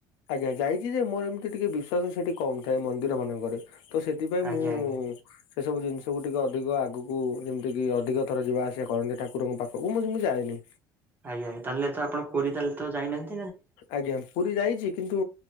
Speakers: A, on the left (about 80°); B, on the right (about 25°).
A: ଆଜ୍ଞା ଯାଇଛି ଯେ ମୋର ଏମିତି ଟିକେ ବିଶ୍ୱାସ ସେଇଟି କମ୍ ଥାଏ ମନ୍ଦିର ମାନଙ୍କରେ। ତ ସେଥିପାଇଁ
B: ଆଜ୍ଞା
A: ମୁଁ
B: ଆଜ୍ଞା
A: ଏସବୁ ଜିନିଷକୁ ଟିକେ ଅଧିକ ଆଗକୁ ଯେମିତିକି ଅଧିକ ଥର ଯିବା ଆସିବା କରନ୍ତି ଠାକୁରଙ୍କ ପାଖକୁ ମୁଁ କିନ୍ତୁ ଯାଏନି।
B: ଆଜ୍ଞା ତାହେଲେ ତ ଆପଣ ପୁରୀ ତାହେଲେ ତ ଯାଇନାହାନ୍ତୀ?
A: ଆଜ୍ଞାମ୍। ପୁରୀ ଯାଇଛି କିନ୍ତୁ